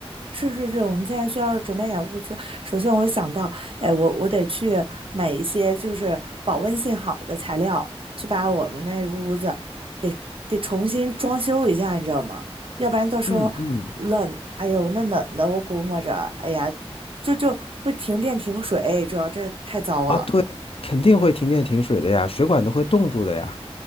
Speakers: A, on the right; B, on the left.
A: 是是是，我们现在需要准备点物资。首先，我想到，哎，我我得去买一些就是保温性好的材料，去把我们那屋子得得重新装修一下，你知道吗？要不然到时候冷，
B: 嗯嗯，
A: 哎呦，那冷的我估摸着，哎呀，就就会停电停水，主要这太糟了。
B: 啊，对，肯定会停电停水的呀，水管都会冻住的呀。